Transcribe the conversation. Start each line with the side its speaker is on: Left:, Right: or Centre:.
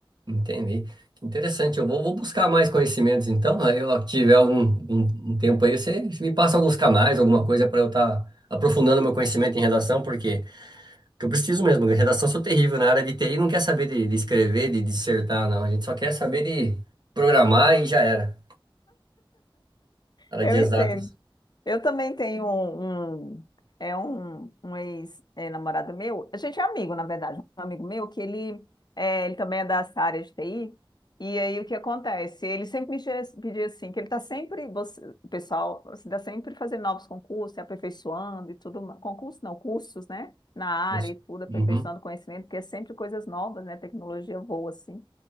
Right: Entendi. Que Interessante. Eu vou, vou buscar mais conhecimentos, então. Aí, ó, tiver algum um, um tempo aí, você, você me passa alguns canais, alguma coisa para eu estar aprofundando meu conhecimento em redação, porque, porque eu preciso mesmo. de Redação eu sou terrível. Na área de TI não quer saber de, de escrever, de dissertar, não. A gente só quer saber de programar e já era. Área
Left: Eu
Right: de exatas.
Left: entendo. Eu também tenho um, um- é um, um ex-namorado meu, a gente é amigo, na verdade, um amigo meu que ele, é, ele também é dessa área de TI, e aí o que acontece? Ele sempre me pedia pedia assim, que ele está sempre, você- o pessoal está sempre fazendo novos concursos, se aperfeiçoando e tudo, ma- concursos não, cursos, né, na área
Right: Isso.
Left: e tudo, aperfeiçoando
Right: Uhum.
Left: conhecimento, porque é sempre coisas novas, né, tecnologia voa assim.